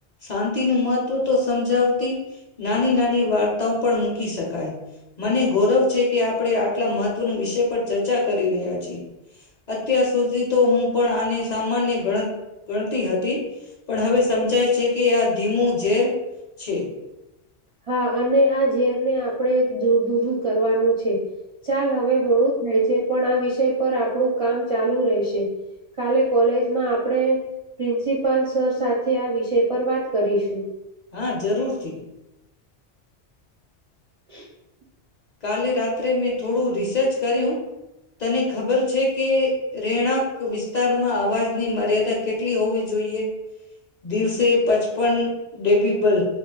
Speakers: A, on the left; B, on the right.
A: શાંતિનું મહત્ત્વ તો સમજાવ તી નાની-નાની વાર્તા પણ મૂકી શકાય. મને ગૌરવ છે કે આપણે આટલા મહત્વનો વિષય પર ચર્ચા કરી રહ્યા છી. અત્યાર સુધી તો હું પણ આની સામાન્ય ગણ ગણતી હતી. પણ હવે સમજાય છે કે આ ધીમું ઝેર છે.
B: હા અને આ ઝેર ને આપણે દુર દૂરૂ કરવાનું છે. એ ચાલ હવે મોડું થાય છે. પણ આ વિષય પર આપણું કામ ચાલુ રહેશે. કાલે કોલેજમાં આપણે પ્રિન્સિપાલ સર સાથે આ વિષય પર વાત કરીશું.
A: હા જરૂરથી.
B: <inaudible>
A: કાલે રાત્રે મેં થોડું રિસ સર્ચ કર્યું તને ખબર છે કે રેહણાંક વિસ્તારમાં આ અવાજની મર્યાદા કેટલી હોવી જોઈએ? દિવસે પચપન ડેબીબલ